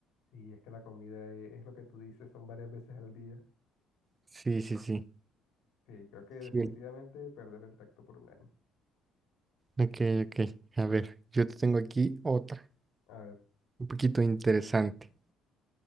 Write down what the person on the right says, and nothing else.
Sí, sí, sí.
Sí.
Ok, ok. A ver, yo te tengo aquí otra,
un poquito interesante.